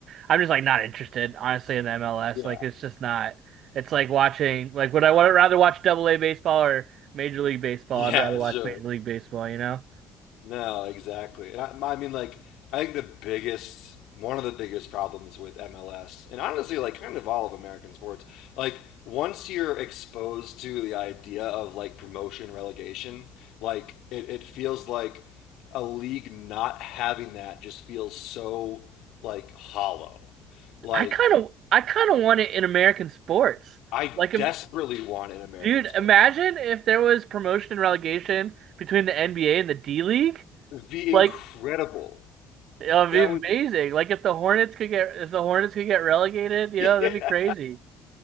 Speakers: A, on the right (about 55°); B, on the left (about 60°).
A: I'm just like not interested, honestly, in the MLS.
B: yeah.
A: Like it's just not. It's like watching like would I would rather watch Double A baseball or Major League Baseball?
B: Yeah,
A: I'd rather watch
B: sure.
A: Major League Baseball, you know?
B: No, exactly. And I, I mean, like, I think the biggest, one of the biggest problems with MLS, and honestly, like, kind of all of American sports, like, once you're exposed to the idea of like promotion relegation, like, it, it feels like a league not having that just feels so like hollow. Like,
A: I kind of I kind of want it in American sports.
B: I
A: Like
B: desperately want an American
A: Dude,
B: sport.
A: imagine if there was promotion and relegation between the NBA and the D League.
B: It'd be
A: Like,
B: incredible.
A: it would
B: That
A: be amazing.
B: would
A: Like if the Hornets could get if the Hornets could get relegated, you
B: <laughs>
A: know, that'd
B: yeah.
A: be crazy.